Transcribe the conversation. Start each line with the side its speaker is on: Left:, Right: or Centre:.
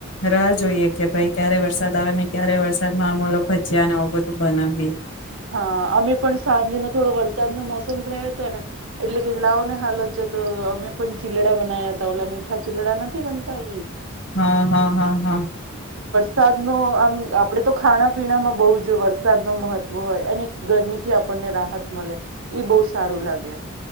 Left: રાહ જોઈએ કે ભાઈ ક્યારે વરસાદ આવે ને ક્યારે વરસાદમાં આમલો ભજ્યા ને આવું બધું તો બનાવીએ
Right: હા અમે પણ સાંજેનોો થોડો વર્ષ વરસાદ નો મોસમ થયો હતો ને એટલે કે લાવ ને હાલો ને તો અમે પણ ચીલડા બનાયા ત ઓલા મીઠા ચીલડા નથી બનતા.
Left: <inaudible>
Right: વરસાદ નો આમ આપડે તો ખાણા પીણામાં બહુ જોએ વરસાદ ન મહત્વ હોય અને ગરમીથી આપણને રાહત મળે એ બહુ સારું લાગે